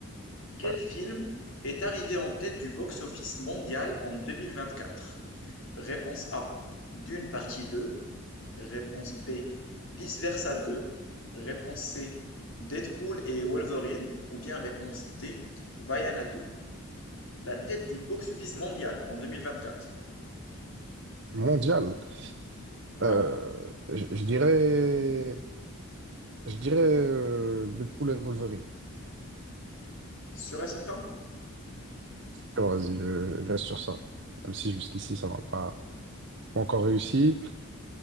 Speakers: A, on the left; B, on the right.
A: Quel
B: Ouais.
A: film est arrivé en tête du box-office mondial en 2024? Réponse A. Dune partie deux. Réponse B. Vice versa deux. Réponse C. Deadpool et Wolverine. Ou bien réponse D. Vaiana deux. La tête du box-office mondial en 2024.
B: Mondial.
A: Ouais.
B: Euh, je, je dirais, je dirais euh, Deadpool and Wolverine.
A: Sûr et certain?
B: Bon, vas-y, je, je reste sur ça. Même si jusqu'ici, ça m'a pas pas encore réussi.